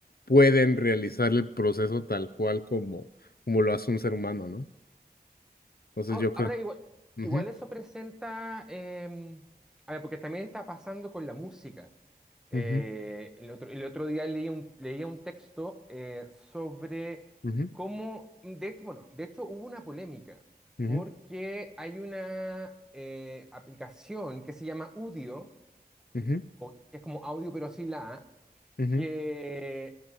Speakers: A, on the left; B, in the centre.
A: pueden realizar el proceso tal cual como, como lo hace un ser humano, ¿no? Entonces
B: Ahora,
A: yo creo.
B: ahora igual,
A: Ujú,
B: igual eso presenta, eh, a ver, porque también está pasando con la música. Eh,
A: ujú,
B: el otro, el otro día leía un, leía un texto eh, sobre
A: ujú,
B: cómo, de hecho, bueno, de hecho hubo una polémica,
A: ujú,
B: porque hay una eh, aplicación que se llama Udio,
A: ujú,
B: o que es como audio pero sin la A,
A: ujú,
B: que